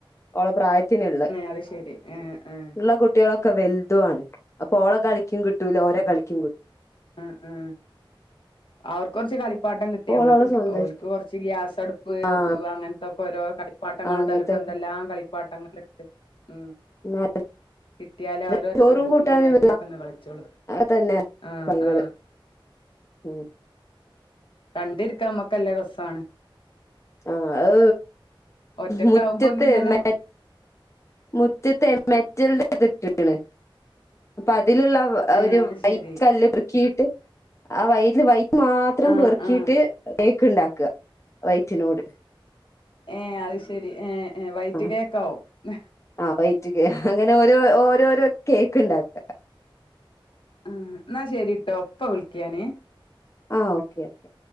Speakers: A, on the left (about 35°); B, on the left (about 65°).
A: ഓള പ്രായത്തിനള്ളള്ള
B: അത് ശരി ആ ആ
A: ഉള്ള കുട്ടികളൊക്കെ വ ത്ത അണക്ക് അപ്പൊ ള കളിക്കും കിട്ടല ഓ കളിക്കും കിട്ടും
B: ഉം ഉം അവർക്ക് കുറച്ച് കളിപ്പാട്ടം കിട്ടിയാൽ
A: അപ്പൊ ഓളോളെ
B: മതി
A: സ്വന്തം
B: ഓൽക്ക്
A: ഇഷ്ടം
B: കുറച്ച് ഗ്യാസ അടുപ്പ്
A: ആഹ്
B: അങ്ങനത്തൊക്കെ ഓരോ കളിപ്പാട്ടങ്ങൾ
A: അങ്ങനത്തൊക്കെ
B: ഉണ്ടല്ലും ഇപ്പോ എന്തെല്ലാം കളിപ്പാട്ടങ്ങള ഉം
A: <unintelligible>
B: കിട്ട്യാലേ അവര്
A: ചോറും കൂട്ടാനും
B: ഇങ്ങനെ ഒറ്റയൊക്ക ഒന്ന് കളിച്ചോളൂ
A: അതൊക്കെ തന്നെ
B: ആ
A: <unintelligible>
B: ആ
A: ഉം
B: കണ്ടിരിക്കാൻ നമക്കല്ല രസാണ്
A: ആ അ
B: ഒറ്റക്കാവുമ്പോ
A: മുറ്റത്ത്
B: ഇങ്ങനെ
A: മേ മുറ്റത്തെം മെറ്റൽന്റെ തിറ്റിണ് അതിലിള്ള
B: ഏ
A: ഒരു
B: അത്
A: വൈറ്റ്
B: ശരി
A: കല്ല് വൃക്കിയിട്ട് ആ വ വായി മാത്രം
B: ആ
A: പെറുക്കിട്ട്
B: ആ
A: കേക്ക് ഇണ്ടാക്ക വൈ റ്റിനോട്
B: ഏ അത് ശരി ഏ ഏ വൈറ്റ്
A: ആ
B: കേക്കാവും
A: ആ വൈറ്റ് അങ്ങനെ ഓരോ ഓരോരോ കേക്ക് ഇണ്ടാക്ക
B: ആ എന്നാ ശെരിട്ടോ ഇപ്പ വിളിക്കിയാനേ
A: ആ ഓക്കെ ഓക്കേ